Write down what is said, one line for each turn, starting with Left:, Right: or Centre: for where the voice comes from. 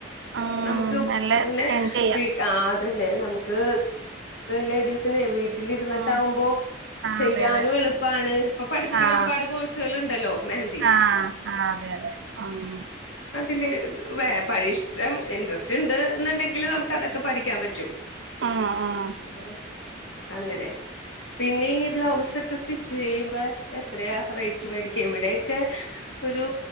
Right: ഉം
Left: നമുക്ക്
Right: നല്ല
Left: പിന്നെ
Right: ഏൺ ചെയ്യാം
Left: വീട്ടാ ആ ന്നെ നമുക്ക് ലേഡീസിനെ വീട്ട് ട്ടിലിരുന്നിട്ടാവുമ്പോ
Right: ഉം ആഹ്
Left: ചെയ്യാനും
Right: അതെ അതെ
Left: എളുപ്പാണ്. ഇപ്പ പഠിപ്പിക്കുന്ന
Right: ആഹ്
Left: ഒരുപാട് കോഴ്സുകള്ണ്ടല്ലോ. ന്തീ
Right: ആഹ് ആഹ് അതെ, അതെ ആം.
Left: അതില് വ പ ഇഷ്ടം ഇൻട്രസ്റ്റ്ണ്ട് എന്നണ്ടെങ്കില് നമുക്ക് അതൊക്കെ പഠിക്കാൻ പറ്റും.
Right: ഉം ഉം
Left: ആഹ് അങ്ങനെ. പിന്നെ ഈ ബ്ലൗസ് ഒക്കെ സ്റ്റിച്ച് ചെയ്യുമ്പോ എത്രയാ റേറ്റ് മേടിക്ക? എവിടെക്ക ഒരു